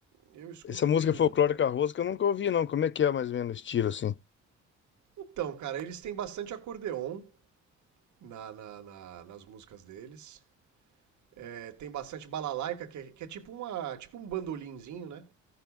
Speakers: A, on the right; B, on the left.
A: eu escuto
B: Essa música
A: tudo,
B: folclórica
A: cara.
B: russa que eu nunca ouvi, não. Como é que é mais ou menos o estilo, assim?
A: Então, cara, eles têm bastante acordeon. na, na- na- nas músicas deles. É, tem bastante balalaica, que é, que é tipo, uma, tipo um bandolinzinho, né?